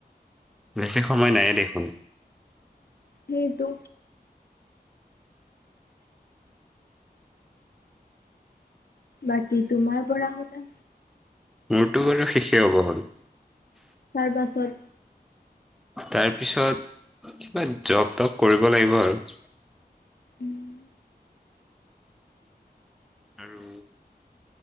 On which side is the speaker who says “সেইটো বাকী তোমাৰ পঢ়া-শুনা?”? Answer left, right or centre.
Left